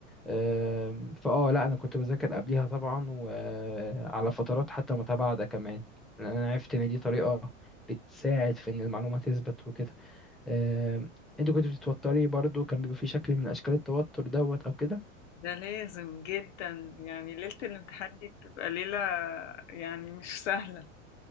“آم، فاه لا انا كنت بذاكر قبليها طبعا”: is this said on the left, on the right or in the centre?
Centre